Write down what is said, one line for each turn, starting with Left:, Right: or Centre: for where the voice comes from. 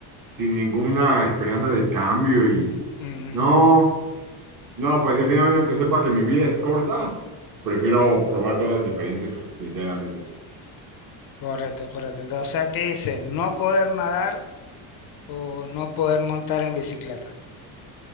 Right: sin ninguna esperanza de cambio y
Left: Ujú,
Right: no.
Left: ujú.
Right: No, pues definitivamente, aunque sepa que mi vida es corta, prefiero probar cosas diferentes, sinceramente.
Left: Correcto, correcto. Entonces aquí dice, no poder nadar o no poder montar en bicicleta.